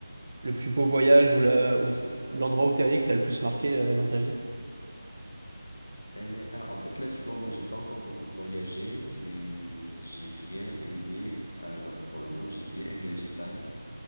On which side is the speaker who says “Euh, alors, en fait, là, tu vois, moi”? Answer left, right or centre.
Left